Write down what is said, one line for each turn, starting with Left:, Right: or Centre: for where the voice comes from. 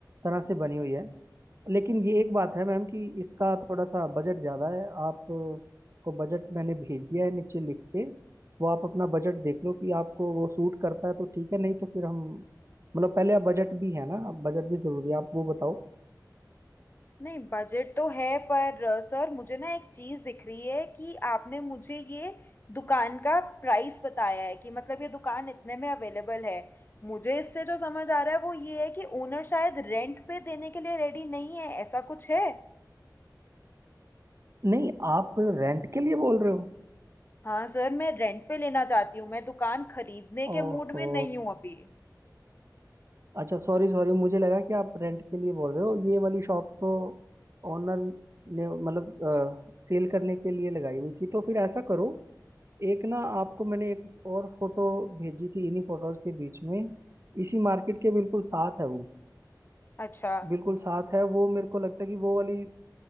Right: तरह से बनी हुई है लेकिन ये एक बात है मैम कि इसका थोड़ा सा बजट ज़्यादा है आप को बजट मैंने भेज दिया है नीचे लिख के वो आप अपना बजट देख लो कि आपको वो सूट करता है तो ठीक है नहीं तो फिर हम मतलब पहले आप बजट भी है ना बजट भी ज़रूरी है आप वो बताओ
Left: नहीं बजट तो है पर अ, सर मुझे ना एक चीज दिख रही है कि आपने मुझे ये दुकान का प्राइस बताया है कि मतलब ये दुकान इतने में अवेलेबल है मुझे इससे जो समझ आ रहा है वो ये है कि ओनर शायद रेंट पे देने के लिए रेडी नहीं है ऐसा कुछ है
Right: नहीं आप रेंट के लिए बोल रहे हो
Left: हाँ सर मैं रेंट पे लेना चाहती हूँ मैं दुकान खरीदने के
Right: ओहो
Left: मूड में नहीं हूँ अभी
Right: अच्छा सॉरी सॉरी मुझे लगा कि आप रेंट के लिए बोल रहे हो ये वाली शॉप तो ओनर ने मतलब सेल करने के लिए लगाई हुई थी तो फिर ऐसा करो एक ना आपको मैंने एक और फोटो भेजी थी इन्हीं फोटोज के बीच में इसी मार्केट के बिल्कुल साथ है वो
Left: अच्छा
Right: बिल्कुल साथ है वो मेरे को लगता है कि वो वाली